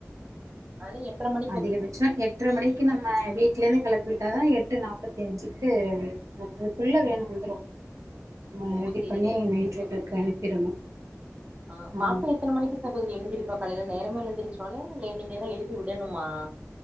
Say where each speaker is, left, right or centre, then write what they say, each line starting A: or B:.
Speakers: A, on the right; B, on the right.
A: ஆனா எட்ர மண்
B: அதிகபட்சோ எட்ர மணிக்கு நம்ம வீ ட்லந்து கிளப்பிவிட்டாதா எட்டு நாப்பத் அஞ்சுக்கு அதுக்குள்ள வேன் வந்துரு நம்ம
A: ஓ
B: ரெடி
A: சேரிங்க
B: பண்ணி
A: சேரிங்க
B: மெயின் ரோட்டுக்கு
A: சகோதரி
B: அனுப்பிரணு
A: ஆ
B: ஆமா
A: பாப்பா எத்தன மணிக்கு சகோதரி எழுந்திருப்பா காலையில நேரமா எழுந்திருச்சாலே இல்ல நீங்கதா எழுப்பி விடணுமா